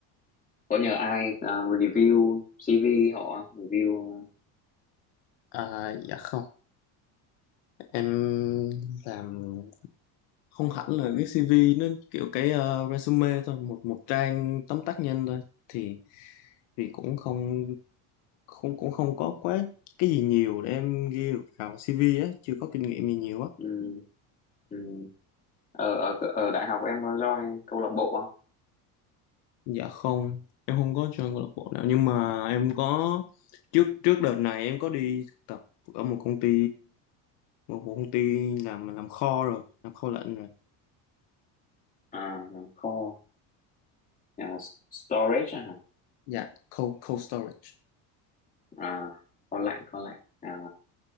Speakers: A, on the left; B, on the left.
A: có nhờ ai à, review CV họ không? review
B: À, dạ không, em làm không hẳn là cái CV nó kiểu cái ờ, resume thôi một một trang tóm tắt nhanh thôi thì thì cũng không không cũng không có quá cái gì nhiều để em ghi được vào CV á chưa có kinh nghiệm gì nhiều á
A: ừm, ừm. ở, ở ở đại học em có join câu lạc bộ không
B: dạ không em không có join câu lạc bộ nào nhưng mà em có trước trước đợt này em có đi thực tập ở một công ty một, một công ty làm làm kho rồi làm kho lạnh rồi
A: à làm kho à, s- storage à, hả?
B: dạ cold cold storage
A: à kho lạnh kho lạnh à